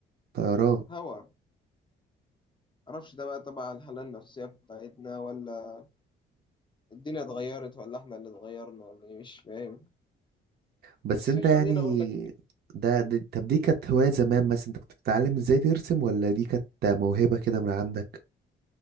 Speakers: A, on the right; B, on the left.
A: طيران
B: هوا معرفش ده بقى طبعا هل النفسية بتاعتنا ولا الدنيا اتغيرت ولا احنا اللي اتغيرنا ولا ايه مش فاهم
A: بس
B: بس
A: انت
B: خليني
A: يعني
B: اقول لك
A: ده, ده طب دي كانت هواية زمان مثلا انت كنت بتتعلم ازاي ترسم ولا دي كانت موهبة كده من عندك